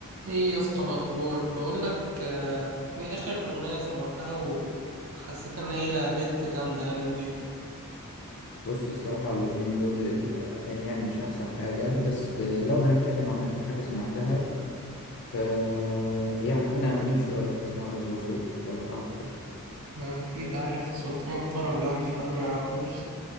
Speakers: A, on the right (about 65°); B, on the left (about 55°).
A: ايه يا اسطى الاخبار بقول لك آه، ايه اخر اغنيه سمعتها وحسيت ان هي هيت جامده يعني نضيفه
B: بص الصراحة اليومين دول الأغاني يعني مش أحسن حاجة بس لو هنتكلم عن آخر حاجة سمعتها ف يعني أنا قديم شوية بسمع جورج وسوف لو أنت عارف
A: ما اكيد عارف سلطان الطرب يعني مفيش حد ما يعرفوش